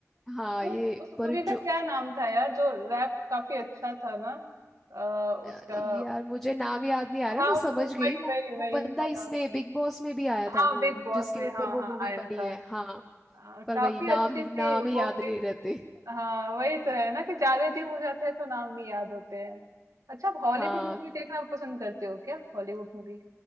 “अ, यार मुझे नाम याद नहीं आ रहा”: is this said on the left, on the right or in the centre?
Centre